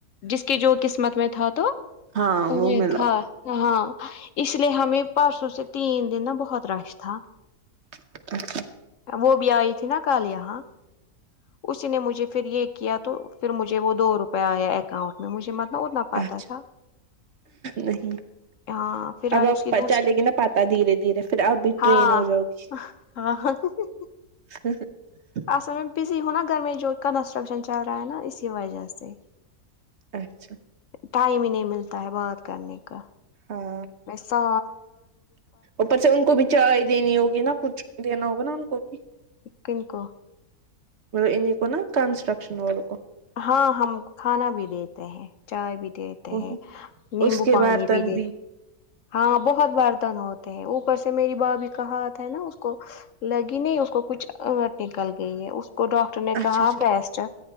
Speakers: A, on the left; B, on the right.
A: جس کی جو قسمت میں تھا تو
B: ہاں
A: انہیں
B: وہ ملا
A: کا ہاں اس لیے ہمیں پرسوں سے تین دن نا بہت رش تھا
B: اچ <unintelligible>
A: وہ بھی آئی تھی نا کل یہاں اسی نے مجھے پھر یہ کیا تو پھر مجھے وہ دو روپے آیا اکاؤنٹ مجھے مت نہ اتنا پاتا
B: اچھا
A: تھا
B: نہیں <unintelligible>
A: ہاں پھر
B: اب
A: آئی اس
B: اب
A: کی دوسری
B: چلے گی نا پتا دھیرے دھیرے پھر اب بھی ٹرین
A: ہاں
B: ہو جاؤ گی
A: <unintelligible>
B: <unintelligible>
A: اصل میں بزی ہوں نا گھر میں جو کنسٹرکشن چل رہا ہے نا اسی وجہ سے-
B: اچھا-
A: ٹائم ہی نہیں ملتا ہے بات کرنے کا-
B: ہاں-
A: بسس
B: اوپر سے ان کو بھی چائے دینی ہوگی نا کچھ دینا ہوگا نا ان کو بھی-
A: کن کو
B: مطلب ان کو نا کنسٹرکشن والول کو-
A: ہاں ہم کھانا بھی دیتے ہیں چائے بھی دیتے
B: وہی
A: ہیں نیمبو
B: اس کے
A: پانی
B: برتن
A: بھی د- ہاں بہت برتن ہوتے ہیں اوپر سے میری با بھی کہات ہے نا اس کو- لگی نہیں اس کو کچھٹ نکل گئی ہے اس کو ڈاکٹر نے
B: اچھا
A: کہا
B: اچھا
A: بیسٹ-